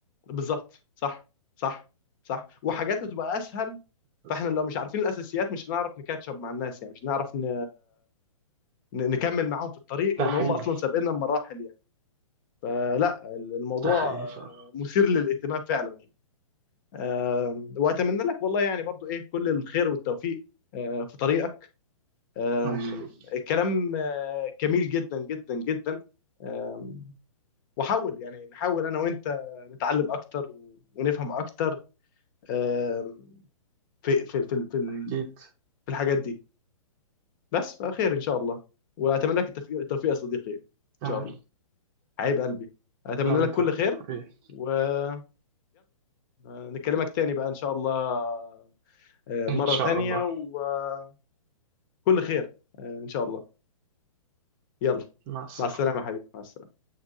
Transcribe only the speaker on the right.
بس
ده
حقيقي
ده حقيقي
فعلا
الله يخليك
أكيد
تمام
أنا وأنت
إيه
إن
شاء
الله
مع السلامة